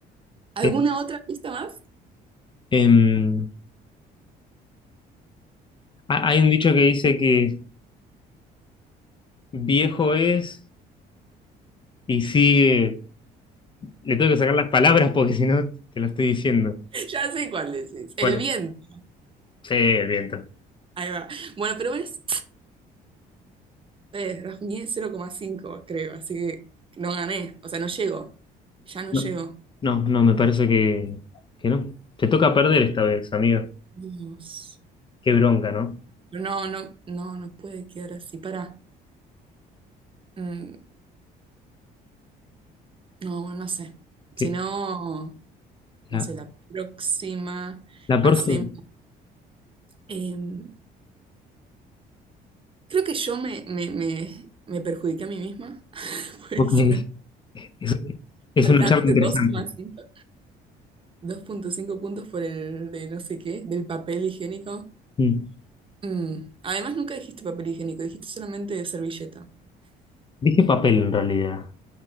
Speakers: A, on the right; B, on the left.
A: ¿Alguna
B: Eh,
A: otra pista más?
B: em, ha- hay un dicho que dice que viejo es y sigue... Le tengo que sacar las palabras porque si no te lo estoy diciendo.
A: <laughs> Ya sé cuál decís. El
B: Bueno,
A: viento.
B: sí, el viento.
A: Ahí va. Bueno, pero ves, <tsk> eh, rajuñé cero coma cinco creo, así que no gané. O sea, no llego. Ya no
B: No,
A: llego.
B: no, no, me parece que, que no. Te toca perder esta vez, amigo.
A: Dios.
B: Qué bronca, ¿no?
A: Pero No, no, no, no puede quedar así. Para. no, bueno, no sé.
B: Que
A: Si no, no
B: la,
A: sé, la próxima
B: la
A: hacemos.
B: próxima...
A: em, creo que yo me, me, me, me perjudiqué a mí misma. <laughs> Pues,
B: Ok, es es
A: al
B: una
A: darte
B: charla interesante.
A: dos coma cinco dos punto cinco puntos por el de no sé qué, del papel higiénico.
B: Mm.
A: Mm. Además, nunca dijiste papel higiénico, dijiste solamente servilleta.
B: Dije papel en realidad.